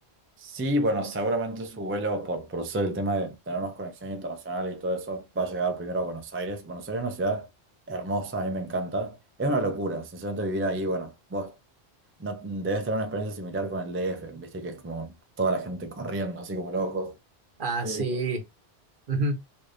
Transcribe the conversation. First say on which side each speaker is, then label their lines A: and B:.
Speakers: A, on the right (about 20°); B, on the right (about 50°).
A: sí, bueno, seguramente su vuelo, por, por ser el tema de tener más conexiones internacionales y todo eso, va a llegar primero a Buenos Aires. Buenos Aires es una ciudad hermosa, a mí me encanta. Es una locura, sinceramente, vivir ahí. Bueno, vos no, debes tener una experiencia similar con el DF, viste que es como toda la gente corriendo, así como locos.
B: Ah,
A: Eh,
B: sí. Ujú.